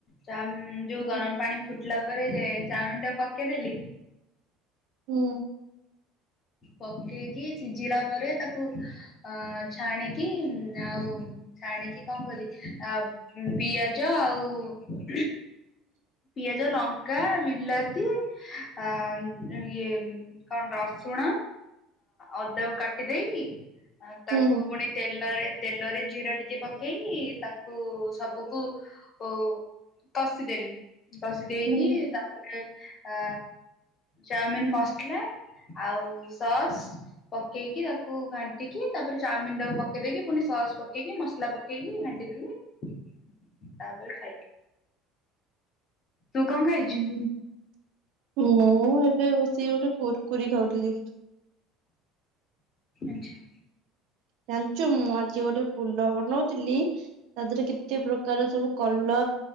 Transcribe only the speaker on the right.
ହୁଁ
ହୁଁ।
ହୁଁ
ହୁଁ
ହଁ ହଁ ମୁଁ ଏବେ ଏବେ ବସିକି ଗୋଟେ କୁର୍କୁୀ ଖାଉଥିଲି।
ଜାଣିଛୁ ମୁଁ ଆଜି ଗୋଟେ ଫୁଲ ବନଉଥିଲି ତା ଦେହରେ କେତେ ପ୍ରକାର ସବୁ କଲର